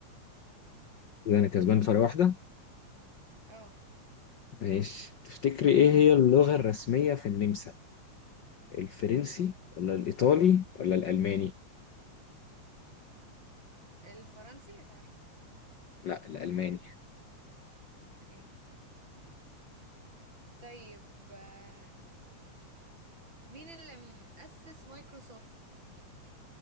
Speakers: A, on the left; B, on the right.
A: كده انا كسبان فرق واحدة
B: اه
A: ماشي تفتكري ايه هي اللغة الرسمية في النمسا الفرنسي ولا الايطالي ولا الالماني
B: الفرنسي مش عارفه
A: لا الالماني
B: اوكي طيب آه، مين اللي مؤسس مايكروسوفت